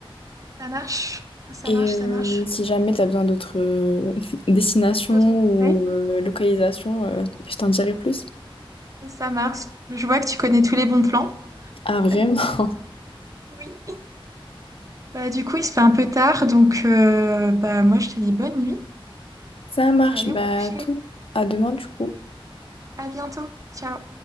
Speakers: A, on the right; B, on the left.
A: Ça marche, ça
B: Et
A: marche,
B: euh,
A: ça marche.
B: si jamais t'as besoin d'autres euh, <laughs> destinations
A: D'autres
B: ou
A: conseils?
B: euh, localisations, euh, je t'en dirai plus.
A: Ça marche. Je vois que tu connais tous les bons plans.
B: Ah, vraiment?
A: <laughs>
B: <laughs>
A: Oui. Bah, du coup, il se fait un peu tard, donc euh, bah, moi, je te dis bonne nuit.
B: Ça marche,
A: Je vais aller
B: bah
A: me coucher.
B: tout. À demain, du coup.
A: À bientôt. Ciao.